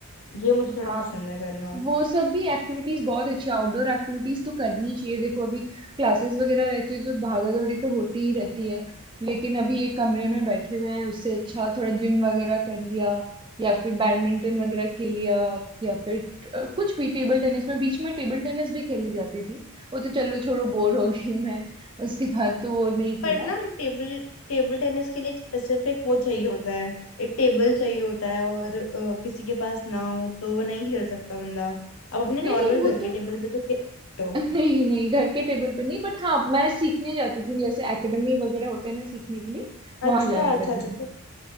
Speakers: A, on the left (about 65°); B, on the right (about 20°).
A: ये मुझे थोड़ा
B: हाँ
A: पसंद है करना
B: वो सब भी एक्टिविटीज बहुत अच्छी आउटडोर एक्टिविटीज तो करनी ही चाहिए देखो अभी क्लासेस वगैरह रहती है तो भागा दौड़ी तो होती ही रहती है लेकिन अभी एक कमरे में बैठे हुए हैं उससे अच्छा थोड़ा जिम वगैरह कर लिया या फिर बैडमिंटन वगैरह खेल लिया या फिर अ, कुछ भी टेबल टेनिस में बीच में टेबल टेनिस भी खेलने जाती थी वो तो चलो छोड़ो बोर हो गई मैं उसके बाद तो वो नहीं खेला
A: पर ना टेबल टेबल टेनिस के लिए एक स्पेसिफिक वो चाहिए होता है एक टेबल चाहिए होता है और अ, किसी के पास ना हो तो वो नहीं खेल सकता बंदा आप अपने
B: नहीं
A: नॉर्मल
B: नहीं वो
A: घर के
B: तो
A: टेबल पे तो खेल सकते हो
B: नहीं नहीं घर के टेबल पे नहीं बट हाँ मैं सीखने जाती थी जैसे एकेडमी वगैरह होते हैं ना सीखने के लिए
A: अच्छा
B: वहां जाया
A: अच्छा
B: करती
A: अच्छा
B: थी
A: तो,